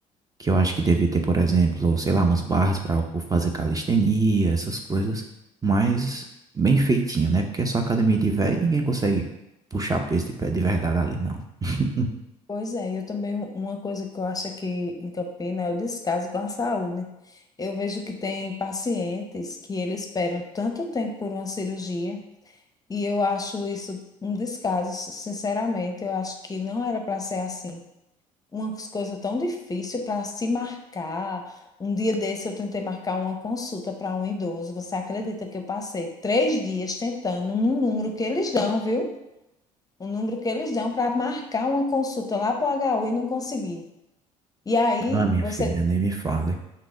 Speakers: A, on the right (about 20°); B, on the left (about 20°).
A: que eu acho que devia ter, por exemplo, sei lá, umas barras para o povo fazer calistenia, essas coisas, mas bem feitinho, né? Porque é só academia de véio e ninguém consegue puxar peso de pé de verdade ali, não. <laughs>
B: Pois é, eu também, uma coisa que eu acho que em Campina é o descaso com a saúde. Eu vejo que tem pacientes que eles esperam tanto tempo por uma cirurgia e eu acho isso um descaso, sinceramente, eu acho que não era para ser assim. umas coisas tão difíceis para se marcar. Um dia desse eu tentei marcar uma consulta para um idoso. Você acredita que eu passei três dias tentando no número que eles dão, viu? O número que eles dão para marcar uma consulta lá para o HU e não consegui. E aí
A: Ah, minha
B: você,
A: filha, nem me fale.